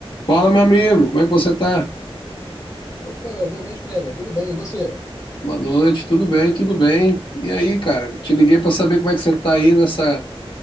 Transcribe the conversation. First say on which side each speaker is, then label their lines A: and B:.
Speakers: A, on the left; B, on the left.
A: Fala, meu amigo, como é que você tá?
B: Opa, boa noite, Kleber. Tudo bem? E você?
A: Boa noite, tudo bem, tudo bem. E aí, cara, te liguei para saber como é que você tá aí nessa